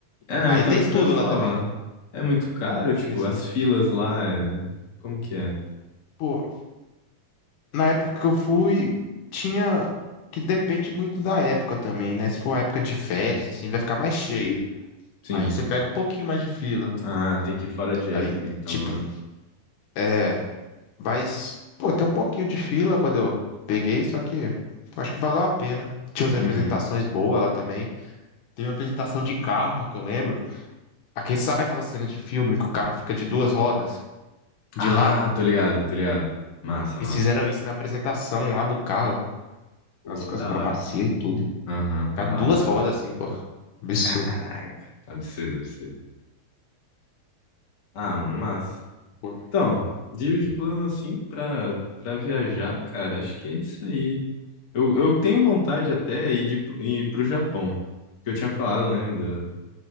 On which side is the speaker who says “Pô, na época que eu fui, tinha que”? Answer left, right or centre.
Left